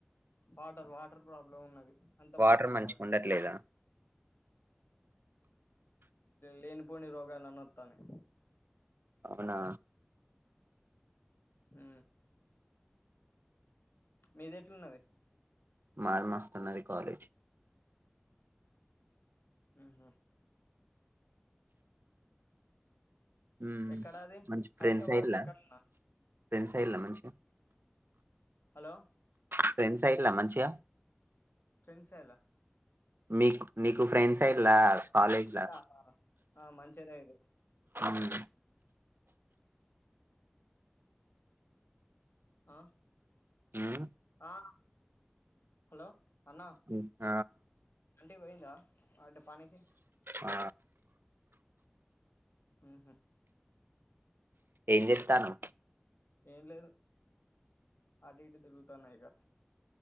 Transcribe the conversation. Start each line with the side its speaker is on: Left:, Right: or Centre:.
Left: వాటర్ వాటర్ ప్రాబ్లమ్ ఉన్నది అంత
Right: వాటర్
Left: మంచిగా ఉన్నాది
Right: ఉండట్లేదా
Left: లేనిపోని రోగాలన్నీ అతనాయ్
Right: అవునా
Left: హ మీది ఎట్లున్నది
Right: మాది మస్తున్నది కాలేజ్
Left: హు హు
Right: ఉమ్
Left: ఎక్కడాది
Right: మంచి ఫ్రెండ్స్
Left: హైదరాబాద్
Right: అయిల్లా
Left: లో ఎక్కడనా
Right: ఫ్రెండ్స్ అయిల్లా మంచిగా
Left: హలో
Right: ఫ్రెండ్స్ అయిలా మంచిగా
Left: ఫ్రెండ్స్ ఎలా
Right: మీకు మీకు ఫ్రెండ్స్ ఏల్లే
Left: ఆ
Right: కాలేజ్ లే
Left: ఆ! ఆ! మంచిర్యాల
Right: మ్
Left: ఆ
Right: ఉమ్
Left: ఆ హలో అన్నా
Right: ఇంక
Left: ఆంటీ పోయిందా అంటే పనికి
Right: ఆ
Left: మ్ హు
Right: ఏం జెతాన్నవ్
Left: ఏం లేదు అటు ఇటు తిరుగుతున్నా ఇగ